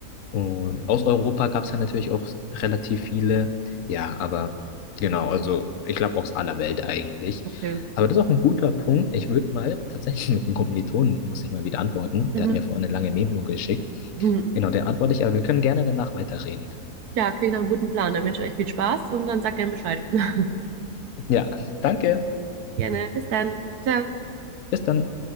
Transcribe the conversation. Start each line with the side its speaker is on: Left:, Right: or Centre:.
Left: Und aus Europa gab es ja natürlich auch relativ viele. Ja, aber genau, also ich glaube aus aller Welt eigentlich.
Right: Okay.
Left: Aber das ist auch ein guter Punkt. Ich würde mal tatsächlich <laughs> mit einem Kommilitonen, muss ich mal wieder antworten.
Right: Mhm.
Left: Der hat mir vorhin eine lange Memo geschickt.
Right: Mhm.
Left: Genau, der antworte ich, aber wir können gerne danach weiterreden.
Right: Ja, klingt nach einem guten Plan. Dann wünsche ich euch viel Spaß und dann sag gerne Bescheid. <laughs>
Left: Ja, danke.
Right: Gerne, bis dann. Ciao.
Left: Bis dann.